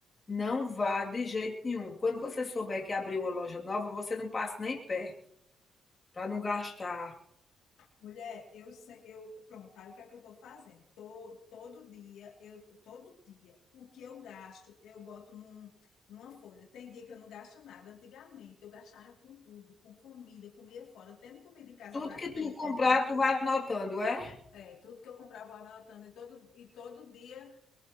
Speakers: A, on the left; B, on the left.
A: não vá de jeito nenhum. Quando você souber que abriu uma loja nova, você não passa nem perto, para não gastar.
B: Mulher, eu, se- eu pronto, aí o que é que eu estou fazendo? Tô, todo dia, eu todo dia, o que eu gasto, eu boto num, numa folha. Tem dia que eu não gasto nada. Antigamente eu gastava com tudo, com comida, comia fora, tendo comida em casa
A: Tudo
B: pra,
A: que tu
B: feita.
A: comprar, tu vai anotando, é?
B: É, tudo que eu comprava, eu vou anotando. E todo, e todo dia